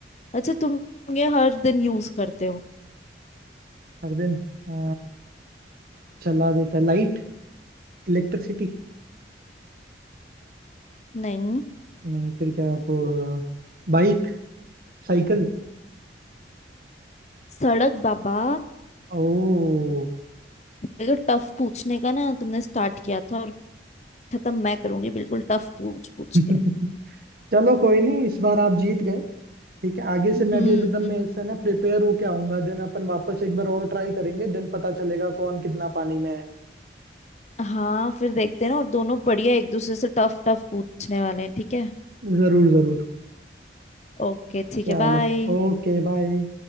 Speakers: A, on the left; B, on the right.
A: अच्छा तुम ये हर दिन यूज करते हो
B: हर दिन आ, चला देता लाइट इलेक्ट्रिसिटी
A: नहीं
B: नहीं फिर क्या वो बाइक साइकिल
A: सड़क बाबा
B: ओ
A: अगर टफ पूछने का ना तुमने स्टार्ट किया था और खत्म मैं करूंगी बिल्कुल टफ पूछ पूछ
B: <laughs>
A: के
B: चलो कोई नहीं इस बार आप जीत गए ठीक है आगे से
A: हम्म
B: मैं भी एकदम मैं इससे ना प्रिपेयर होके आऊंगा देन अपन वापस एक बार और ट्राई करेंगे देन पता चलेगा कौन कितना पानी में है
A: हाँ फिर देखते हैं ना और दोनों बढ़िया एक दूसरे से टफ टफ पूछने वाले हैं ठीक है
B: जरूर जरूर
A: ओके ठीक
B: चलो
A: है बाय
B: Okay bye